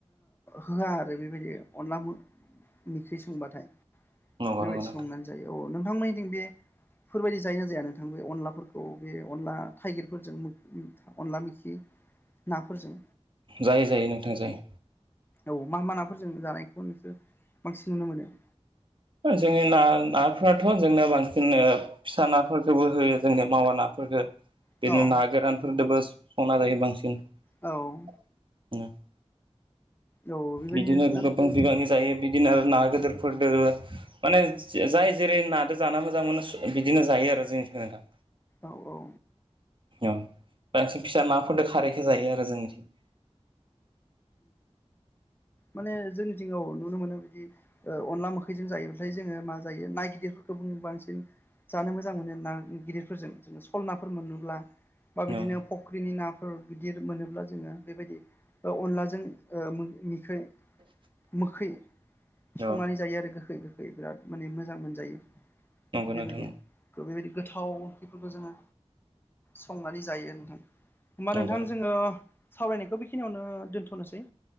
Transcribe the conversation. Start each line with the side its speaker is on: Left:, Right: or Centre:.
Left: होआ आरो बेबायदि अनला मो खै संबाथाय
Right: नंगौ
Left: बेबायदि
Right: नंगौ नोंथां
Left: संनानै जायो औ नोंथांमोननिथिं बे फोरबायदि जायो ना जाया नोंथां बे अनलाफोरखौ बे अनला थाइगिरफोरजों अनला मिखि नाफोरजों
Right: जायो जायो नोंथां जायो
Left: औ मा मा नाफोरजों जानायखौ नोंसोर बांसिन नुनो मोनो
Right: जोंनि ना नाफोराथ' जोंना बांसिन ओ फिसा नाफोरखौबो होयो जोंनो मावा नाफोरखो बिनो
Left: औ
Right: ना गोरानफोरदोबो संना जायो बांसिन
Left: औ
Right: <unintelligible>
Left: औ बेबायदिनो
Right: बिदिनो
Left: ना
Right: गोबां बिबांनि जायो बिदिनो आरो ना गोदोरफोरदो माने जाय जेरै नादो जाना मोजां मोनो बिदिनो जायो आरो जोंनिथिं नोंथां
Left: औ-औ
Right: औ बांसिन फिसा नाफोरदो खारैखो जायो आरो जोंनिथिं
Left: माने जोंनिथिं औ नुनो मोनो बिदि अनला मोखैजों जायो ओमफाय जोङो मा जायो ना गिदिरफोरखौबो बांसिन जानो मोजां मोनो ना गिदिरफोरजों जों सल नाफोर मोनोब्ला
Right: औ
Left: बा बिदिनो फख्रिनि नाफोर गिदिर मोनोब्ला जोङो बेबायदि ओ अनलाजों ओ मो मिखै मोखै संनानै
Right: औ
Left: जायो आरो गोखै बिराद माने मोजां मोनजायो
Right: नंगौ
Left: बेबायदि
Right: नोंथां
Left: बेबायदि गोथाव बेफोरखौ जोङो संनानै जायो नोंथां होमबा
Right: नंगौ
Left: नोंथां जोङो सावरायनायखौ बेखिनियावनो दोन्थ'नोसै